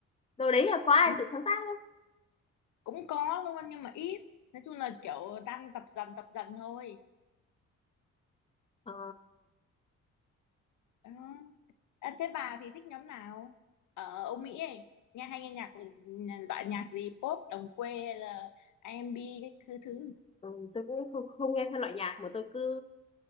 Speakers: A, on the left; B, on the left.
A: Đồ đấy là có ai
B: ừ.
A: tự sáng tác không?
B: cũng có luôn nhưng mà ít nói chung là kiểu đang tập dần tập dần thôi
A: Ờ,
B: đó À, thế bà thì thích nhóm nào ở Âu Mỹ ấy nghe hay nghe nhạc của- loại nhạc gì pop đồng quê hay là A R&B cái thứ thứ
A: ừ, tôi cũng không, không nghe theo loại nhạc mà tôi cứ